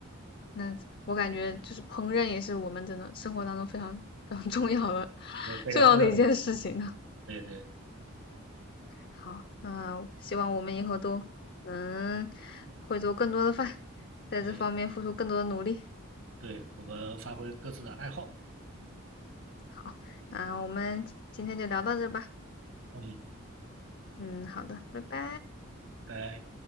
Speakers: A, on the left; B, on the right.
A: 那我感觉就是烹饪也是我们真的生活当中非常非常重要的 <laughs>
B: 一个非常重要的。
A: 重要的一件事情呢。
B: 对对
A: 好，那希望我们以后都能会做更多的饭，在这方面付出更多的努力。
B: 对对，我们发挥各自的爱好，
A: 好，那我们今天就聊到这吧。
B: 嗯，
A: 嗯，好的，拜拜。
B: 拜。